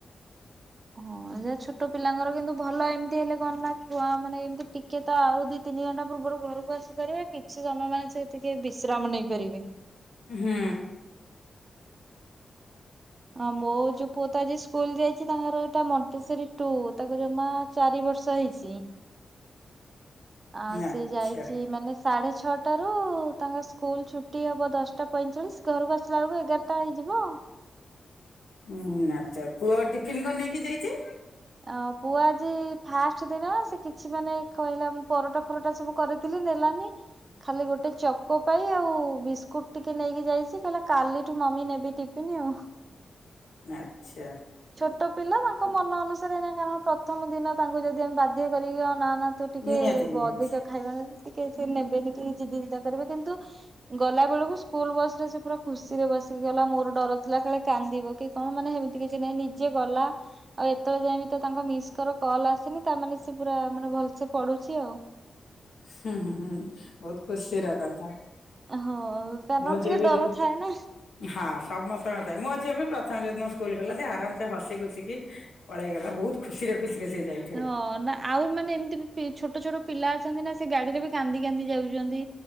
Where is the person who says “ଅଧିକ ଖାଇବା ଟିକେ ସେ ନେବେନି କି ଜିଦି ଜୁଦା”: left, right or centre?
Right